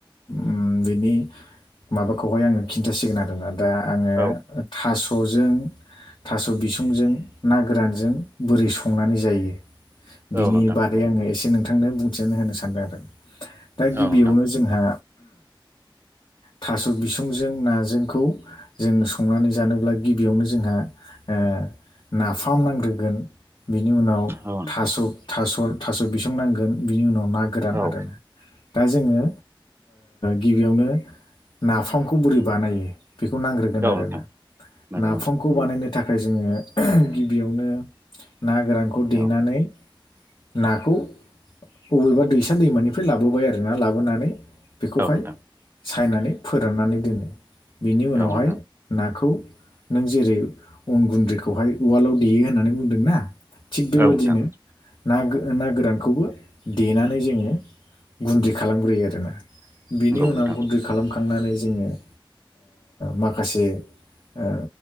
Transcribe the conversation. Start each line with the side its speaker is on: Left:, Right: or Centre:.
Left: उम बिनि माबाखौहाय आङो खिन्थासिगोन आरोन दा आङो
Right: औ
Left: थास'जों थास' बिसुंजों ना गोरानजों बोरै संनानै जायो बिनि
Right: औ नोंथां
Left: बारै आङो एसे नोंथांनो बुंथिनानै होनो सानदों आरो दा गिबियावनो
Right: औ नोंथां
Left: जोंहा थास' बिसंजों नाजोंखौ जों संनानै जानोब्ला गिबियावनो जोंहा ओ नाफाम नांग्रोगोन बिनि उनाव
Right: औ नोंथां औ नोंथां
Left: थास'' थास'' थास' बिसं नांगोन बिनि उनाव ना गोरान
Right: औ
Left: आरो दा जोङो गिबियावनो नाफामखौ बोरै बानायो बेखौ नांग्रोगोन
Right: औ
Left: आरोना
Right: नोंथां नंगौ
Left: नाफामखौ
Right: नोंथां
Left: बानायनो थाखाय जोङो गिबियावनो ना गोरानखौ देनानै
Right: औ
Left: नाखौ अबेबा दैसा दैमानिफ्राय लाबोबाय आरो ना लाबोनानै बेखौहाय
Right: औ नोंथां
Left: सायनानै फोराननानै दोनो बेनि उनावहाय
Right: औ नोंथां
Left: नाखौ नों जेरै अन गुन्द्रिखौहाय उवालाव देयो होननानै बुंदों ना थिग बेबायदिनो
Right: औ नोंथां
Left: ना ना गोरानखौबो देनानै जो गुनदै खालामग्रो आरोना बिनि
Right: नंगौ
Left: उनाव
Right: नोंथां
Left: गुनदै खालामखांनानै ज जोङो ओ माखासे ओ